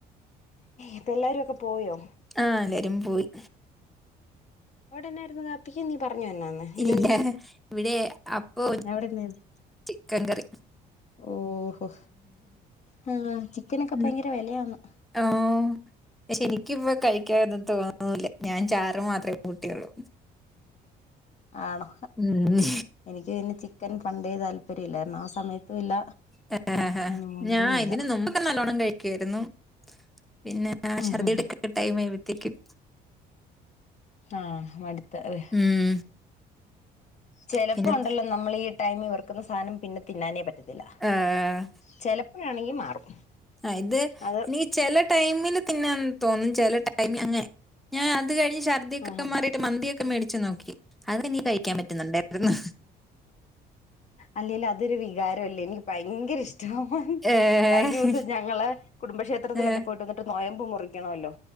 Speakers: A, on the left; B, in the centre.
A: ഇപ്പ എല്ലാരും ഒക്കെ പോയോ?
B: ആഹ് എല്ലരുും പോയി.
A: അവിടെന്നായിരുന്നു കാപ്പിക്ക് നീ പറഞ്ഞു എന്നാന്ന്
B: ഇല്ല
A: ഇല്ലല്ലോ
B: ഇവിടെ അപ്പോ
A: അവിടെന്നായിരുന്നു?
B: ചിക്കൻ കറി.
A: ഓഹോ ആഹ്. ചിക്കനൊക്കെ
B: ഉ
A: ഭയങ്കര വിലയാന്ന്
B: ആഹ് ശരിക്ക്പ്പ കഴ ക്കത് തോന്നുല്ല ഞാൻ ചാറ് മാത്രേ കൂട്ടിയുള്ളു.
A: ആണോ
B: ഉം.
A: എനിക്ക് പിന്നെ ചിക്കൻ പണ്ടേ താല്പര്യം ഇല്ലാര്ന്നു ആഹ് സമയത്ത് ഇല്ല.
B: ഹേ ഹേ
A: അതിന് മുമ്പേ
B: ഞാൻ
A: ഇല്ല
B: ഇതിന് നുമ്പ് നല്ലോണ്ണം കഴിക്കായിരുന്നു പിന്നെ
A: ഉം
B: ഛർദി
A: ഉം
B: എടുക്ക ടൈം ആയ്പത്തേക്കും.
A: ആഹ് മട്ത്ത് അഹ്
B: ഉം,
A: ചെലപ്പോണ്ടല്ലോ.
B: പിന്നെ
A: നമ്മൾ ഈ ടൈമ ഇവർക്കുന്ന സാധനം പിന്നെ തിന്നാനേ പറ്റത്തില്ല.
B: ആഹ്. ആഹ്.
A: ചിലപ്പോഴാണെങ്കി മാറും.
B: ആഹ് ഇത്
A: അത്
B: ന ചെല ടൈമില് തിന്നാൻ തോന്നും ചെല ടൈമി അങ്ങനെ ഞാൻ അത് കഴിഞ്ഞ് ഛർദിയൊക്കെ
A: ആഹാ
B: മാ മന്തിയൊക്കെ മേടിച്ച് നോക്കി അതെനി കഴിക്കാൻ പറ്റുന്നുണ്ടായിരുന്നു.
A: അല്ലെല് അതൊരു വികാരംല്ലേ എനിക്ക് ഭയങ്കര ഇഷ്ട.
B: ഏഹ്
A: കഴിഞ്ഞ ദിവസം ഞങ്ങള് കുടുംബക്ഷേത്രത്തിലൊക്കെ
B: ഏഹ്
A: പോയിട്ട്. നൊയ്മ്പ് മുറിക്കണല്ലോ